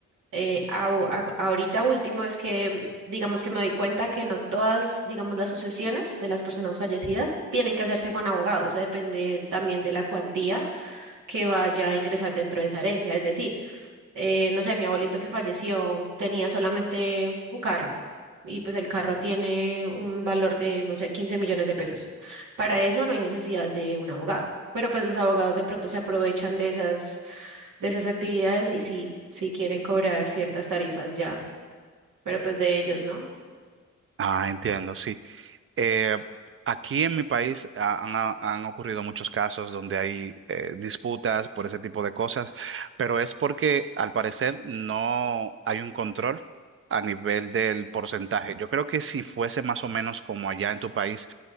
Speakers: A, on the right (about 80°); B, on the right (about 45°).
A: eh, au- a- ahorita último es que, mm, digamos que me doy cuenta que no todas, digamos, las sucesiones de las personas fallecidas tienen que hacerse con abogado. Eso depende también de la cuantía que vaya a ingresar dentro de esa herencia. Es decir, eh, no sé, mi abuelito que falleció tenía solamente un carro. Y pues el carro tiene un valor de, no sé, 15 millones de pesos. Para eso no hay necesidad de un abogado. Pero pues los abogados de pronto se aprovechan de esas de esas actividades y sí, sí quieren cobrar ciertas tarifas ya, pero pues de ellos, ¿no?
B: Ah, entiendo, sí. Eh, aquí en mi país ha- han, ha- han ocurrido muchos casos donde hay eh, disputas por ese tipo de cosas, pero es porque al parecer no hay un control a nivel del porcentaje. Yo creo que si fuese más o menos como allá en tu país,